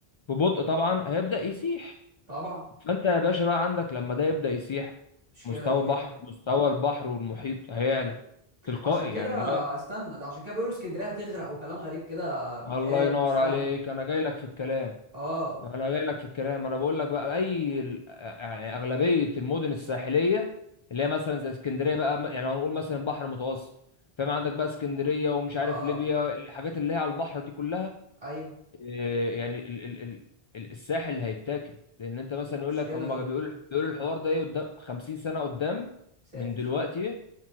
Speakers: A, on the left; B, on the right.
A: ببطء طبعا هيبدا يسيح
B: طبعا
A: فانت يا باشا بقى عندك لما ده يبدا يسيح
B: مشكله
A: مستوى
B: دي جدا
A: البحر مستوى البحر والمحيط هيعلى تلقائي
B: عشان كده
A: يعني ما...
B: استنى ده عشان كده بيقولوا اسكندريه هتغرق وكلام غريب كده بيتقال
A: الله ينور
B: وانا مش فاهمه
A: عليك انا جاي لك في الكلام
B: اه
A: انا جاي لك في الكلام انا بقول لك بقى اي ال- يعني اغلبيه المدن الساحليه اللي هي مثلا زي اسكندريه بقى م- يعني لو هنقول مثلا البحر المتوسط فاهم عندك بقى اسكندريه ومش عارف
B: اه
A: ليبيا الحاجات اللي هي على البحر دي كلها
B: ايوه
A: إيه، يعني ال ال ال ال- الساحل اللي هيتاكل لان انت مثلا يقول
B: المشكله
A: لك هم
B: دي
A: بيقولوا بيقولوا الحوار ده ايه قدام 50 سنه قدام
B: ساتر
A: من دلوقتي